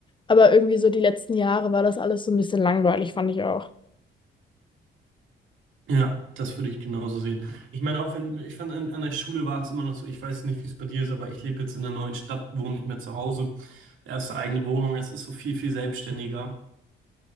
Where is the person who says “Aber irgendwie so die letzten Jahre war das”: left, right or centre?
Left